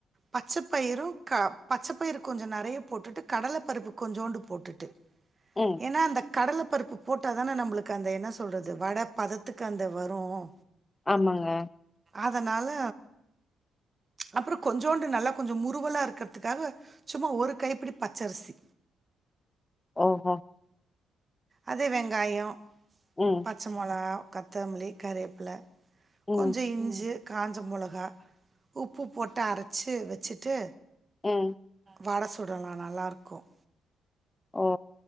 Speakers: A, on the right; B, on the left.
A: பச்சைப்பயிரும் க பச்சைப்பயிர்கொஞ்சம் நறைய போட்டுட்டு கடலை பருப்பு கொஞ்சோண்டு போட்டுட்டு
B: ம்
A: ஏன்னா அந்த கடலை பருப்பு போட்டாதானே நம்மளுக்கு அந்த என்ன சொல்றது வடை பதத்துக்கு அந்த வரும்
B: ஆமாங்க
A: அதனால் அப்புறம் கொஞ்சோண்டு நல்லா கொஞ்சம் முருவலா இருக்கிறதுக்காக சும்மா ஒரு கைப்பிடி பச்ச அரிசி
B: ஓஹோ
A: அது வெங்காயம்
B: ம்
A: பச்ச முலகா கொத்தமல்லி கருவேப்பில
B: ம்
A: கொஞ்சம் இஞ்சு காஞ்ச மிளகா உப்பு போட்டு அரைச்சு வச்சுட்டு
B: ம்
A: வட சுடலாம் நல்லாயிருக்கும்
B: ஓ